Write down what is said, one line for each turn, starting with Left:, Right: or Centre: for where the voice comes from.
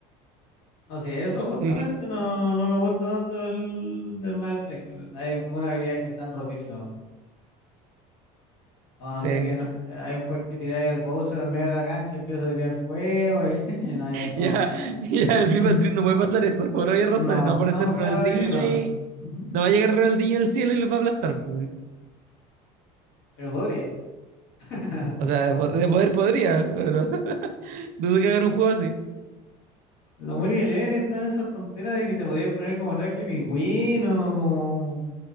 Left: No sé, eso justamente
Right: Mm,
Left: no, no me gusta tanto el del Mario Striker. Hay algunas habilidades que están rotísimas. O no
Right: Sí,
Left: sé, que no- hay un poder que tiráis al Bowser al medio de la cancha y empieza a tirar fuego y, <laughs> y no, ya es como...
Right: ya, ya el
Left: <laughs>
Right: FIFA Street no puede pasar eso, por obvias
Left: No,
Right: razones. No va a aparecer
Left: estamos
Right: Ronaldinho
Left: claros de que no.
Right: y
Left: <laughs>
Right: no va a llegar Ronaldinho al cielo y los va a aplastar. pues.
Left: Pero podría. <laughs>
Right: O sea, de po- de poder podría, pero <laughs> dudo que hagan un juego así.
Left: Los Winning Eleven están esas tonteras de que te podías poner como traje de pingüino, como...